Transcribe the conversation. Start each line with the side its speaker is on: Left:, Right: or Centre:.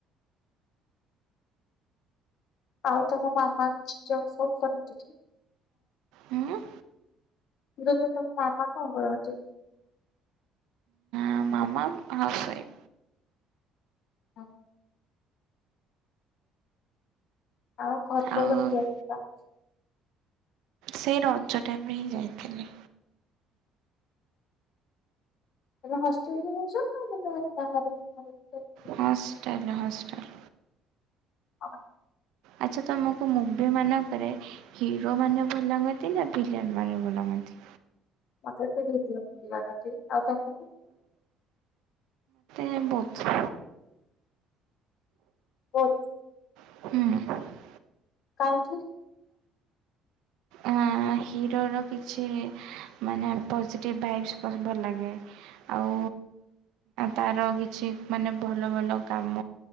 Left: ଆଉ ତମ ମାମା କିଛି ଜବ ସବ କରନ୍ତି କି।
Right: ହୁଁ।
Left: <unintelligible> ତମ ମାମା କଣ କରୁଛି?
Right: ଆମ ମାମାମ୍ ହାଉସ୍ ୱାଇଫ୍।
Left: ହଁ। ଆଉ ଘରକୁ
Right: ଆଉ
Left: କେବେ ଯାଇଥିଲ?
Right: ସେଇ ରଜ ଟାଇମ ରେ ହିଁ ଯାଇଥିଲି।
Left: ଏବେ ହଷ୍ଟେଲରେ ରହୁଛ ନା ମାନେ କାହା ଘରେ <unintelligible>
Right: ହଷ୍ଟେଲ ହଷ୍ଟେଲ।
Left: <inaudible>
Right: ଆଚ୍ଛା ତମକୁ ମୁଭି ମାନଙ୍କରେ ହିରୋ ମାନେ ଭଲ ଲାଗନ୍ତି ନା ଭିଲିଆନ୍ ମାନେ ଭଲ ଲାଗନ୍ତି?
Left: ମତେ ସେଇ ଭିଲିଆନ୍ ଭଲ ଲାଗନ୍ତି। ଆଉ ତମକୁ?
Right: ନାଇ ବୋଥ୍।
Left: ବୋଥ୍
Right: ହୁଁ।
Left: କାହିଁକି?
Right: ଆଁ ହିରୋର କିଛି ମାନେ ପଜିଟିଭ୍ ଭାଇବ୍ସ୍ ଭଲ ଲାଗେ। ଆଉ ତାର କିଛି ମାନେ ଭଲ ଭଲ କାମ